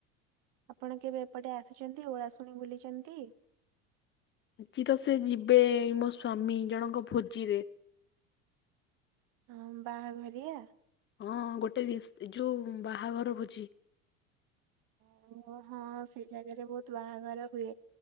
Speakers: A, on the right; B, on the left.
A: ଆପଣ କେବେ ଏପଟେ ଆସିଚନ୍ତି? ଓଳାଶୁଣି ବୁଲିଚନ୍ତି?
B: ଆଜିି ତ ସେ ଯିବେ ମୋ ସ୍ଵାମୀ ଜଣଙ୍କ ଭୋଜିରେ
A: ହଁ ବାହାଘରିଆ।
B: ହଁ ଗୋଟେ ବିସ୍ ଯୋଉ ବାହାଘର ଭୋଜି।
A: ଆଉ ହଁ ସେ ଜାଗାରେ ବୋହୁତ ବାହାଘର ହୁଏ।